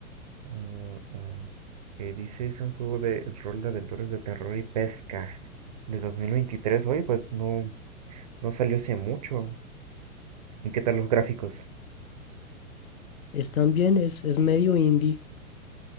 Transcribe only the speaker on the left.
Es también, es, es medio indie,